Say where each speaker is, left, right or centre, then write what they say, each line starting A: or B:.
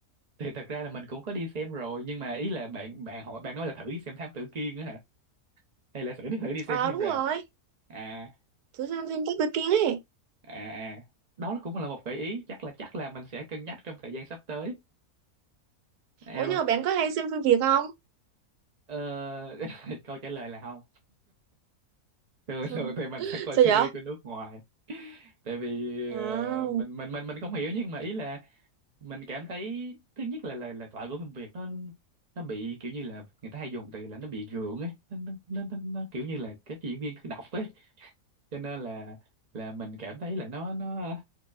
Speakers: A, on the right; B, on the right.
A: thì thật ra là mình cũng có đi xem rồi nhưng mà ý là bạn bạn hỏi bạn nói là thử đi xem Thám Tử Kiên á hả hay là thử thử đi xem
B: ờ
A: phim
B: đúng
A: rạp
B: rồi
A: à
B: thử xem phim Tắc Tư Kiến ấy
A: à à đó là cũng là một gợi ý chắc là chắc là mình sẽ cân nhắc trong thời gian sắp tới à,
B: ủa
A: rồi
B: nhưng mà bạn có hay xem phim Việt không
A: ờ, <laughs> câu trả lời là không thường
B: <laughs>
A: thường thì mình sẽ coi
B: sao
A: series
B: vậy
A: của nước ngoài tại vì
B: à,
A: ờ, mình mình mình mình không hiểu nhưng mà ý là mình cảm thấy thứ nhất là lời lời thoại của phim Việt nó nó bị kiểu như là người ta hay dùng từ là nó bị gượng ấy nó, nó, nó, nó, nó kiểu như là các diễn viên cứ đọc ấy cho nên là là mình cảm thấy là nó nó